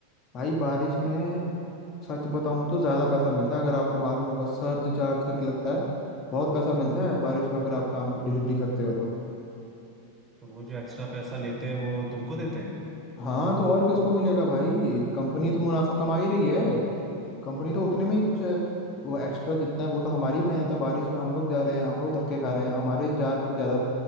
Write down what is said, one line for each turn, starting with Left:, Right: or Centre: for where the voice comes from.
Left: भाई बारिश
Right: हम्म
Left: में सच बताऊं तो ज्यादा पैसा मिलता है अगर आपको मालूम होगा सर्ज चार्ज करके लगता है बहुत पैसा मिलता है बारिश में अगर आप काम को डिलीवरी करते हो तो
Right: तो वो जो एक्स्ट्रा पैसा लेते हैं वो तुमको देते हैं
Left: हाँ तो और किसको मिलेगा भाई कंपनी तो मुनाफा कमा
Right: अच्छा,
Left: ही रही है कंपनी तो उतने
Right: हाँ
Left: में ही
Right: हाँ
Left: खुश है वो एक्स्ट्रा जितना है वो तो हमारी मेहनत है बारिश में हम लोग जा रहे हैं हम लोग धक्के खा रहे हैं हमारे जान पे ज्यादा